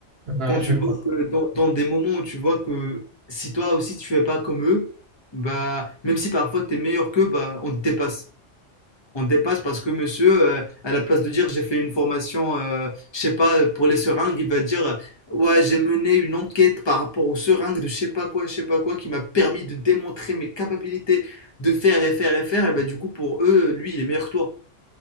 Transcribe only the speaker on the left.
Quand tu
vois
que dans, dans des moments où tu vois que si toi aussi tu fais pas comme eux, bah, même si parfois t'es meilleur qu'eux, bah, on te dépasse. On dépasse parce que monsieur, euh, à la place de dire j'ai fait une formation, euh, je sais pas, pour les seringues, il va dire euh, ouais, j'ai mené une enquête par rapport aux seringues de je sais pas quoi, je sais pas quoi, qui m'a permis de démontrer mes capacités de faire et faire et faire. Et bah, du coup, pour eux, lui, il est meilleur que toi.